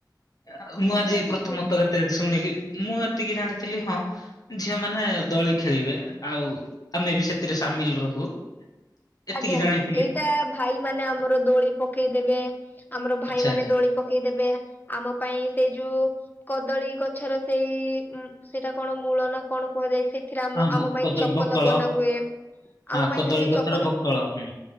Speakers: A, on the left; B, on the left.
A: ଅ ଉ ମୁଁ
B: ନିହାତି
A: ଆଜି ପ୍ରଥମତଃ
B: ହୁଏ।
A: ଯେତେବେଳେ ଶୁଣିଲି ମୁଁ ଏତିକି ଜାଣିଥିଲି ହଁ ଝିଅ ମାନେ ଦୋଳି ଖେଳିବେ ଆଉ ଆମେ ବି ସେଥିରେ ସାମିଲ ରହୁ। ଏତିକି
B: ଆଜ୍ଞା
A: ଜାଣିଥିଲି
B: ଏଇଟା ଭାଇ ମାନେ ଆମର ଦୋଳି ପକେଇ ଦେବେ ଆମର ଭାଇ
A: ଆଚ୍ଛା
B: ମାନେ
A: ଆଚ୍ଛା
B: ଦୋଳି ପକେଇଦେବେ ଆମ ପାଇଁ ସେଇ ଯୋଉ କଦଳୀ ଗଛର ସେଇ ଉଁ ସେଇଟା କଣ ମୂଳ ନା କଣ କୁହାଯାଏ ସେ ସେଟା ଆମ
A: ହଁ ମ
B: ଆମ ପାଇଁ
A: କଦ
B: ଚପଲ
A: ବକଳ
B: ବନାହୁଏ
A: ହଁ
B: ଆମ ପାଇଁ
A: କଦଳୀ
B: ସେଥିରେ
A: ଗଛର
B: ଚ
A: ବକଳ ହୁଁ।